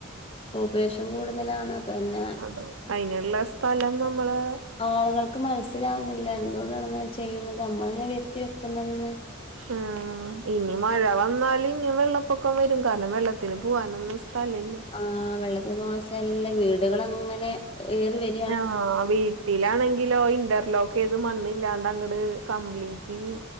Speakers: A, on the left; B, on the right.
A: പോപ്പുലേഷൻ കൂടുതലാണ് പിന്നെ
B: അതോ അതിനുള്ള സ്ഥലം നമ്മള്
A: ആളുകൾക്ക് മനസ്സിലാവുന്നില്ല എന്തുകൊണ്ടാണ് ഇങ്ങനെ ചെയ്യുന്നത് നമ്മളന്നെ വ്യത്തി വെക്കതന്ന്
B: ഉം ഇനി മഴ വന്നാൽ ഇനിയും വെള്ളപ്പൊക്കം വരും കാരണം വെള്ളത്തിന് പോകാനൊന്നും സ്ഥലല്ലിയ
A: ആ് വെള്ളത്തിന് പോകൻ സ്ഥലല്ലിയ വീടുകള അങ്ങനെ കെറി വര
B: ആഹ് വീട്ടിലാണെങ്കിലോ ഇന്റർലോക്ക് ത് മണ്ണ് ഇല്ലാണ്ട് അങ്ങട് കപ്ലീറ്റ്